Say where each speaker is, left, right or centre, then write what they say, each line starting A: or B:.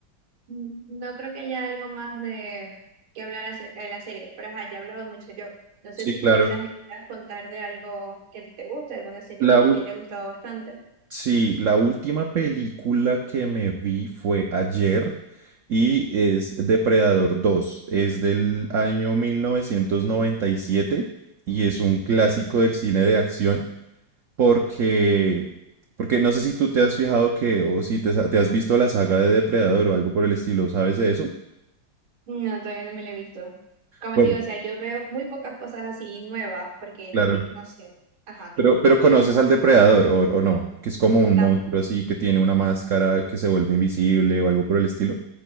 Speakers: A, on the right; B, on the right.
A: mm, no creo que haya algo más de que hablar acerca de la serie, pero ajá, ya he hablado mucho yo. No
B: Sí,
A: sé si
B: claro.
A: tú quizás me quieras contar de algo que a ti te guste, alguna serie
B: La
A: que a ti
B: ul-
A: te haya gustado bastante.
B: sí, la última película que me vi fue ayer y es Depredador dos. Es del año mil novecientos noventa y siete y es un clásico del cine de acción porque, porque no sé si tú te has fijado que o si te, sa- te has visto la saga de Depredador o algo por el estilo, ¿sabes de eso?
A: No, todavía no me la he visto. Como
B: Bueno,
A: te digo, o sea, yo veo muy pocas cosas así nuevas, porque
B: claro.
A: no sé, ajá, dime,
B: Pero, pero conoces al depredador o, o no, que es como un
A: tam-
B: monstruo así que tiene una máscara que se vuelve invisible o algo por el estilo.